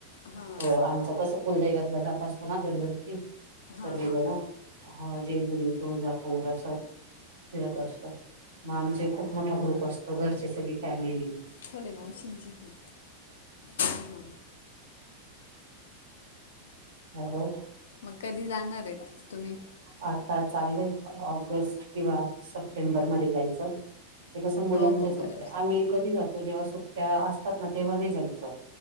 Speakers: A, on the left; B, on the right.
A: हां
B: हो आमचं कस कुलदैवतला जात असतो ना दरवर्षी सगळीजण
A: हां हां
B: हं जेजुरी तुळजापूर अस फिरत असतो म आमचे खूप मोठा ग्रुप असतो घरची सगळी फॅमिली
A: खोल ये मावशींन ची ती हा
B: हॅलो
A: म कधी जाणारयेत तुम्ही
B: आता चाललंय ऑगस्ट किंवा सप्टेंबरमध्ये जायचं. ते कसं मुलांच्या
A: हो हो
B: सुट्टया
A: बरोबर
B: आम्ही कधी जातो जेव्हा सुट्टया असतात ना तेव्हा नाही जायच.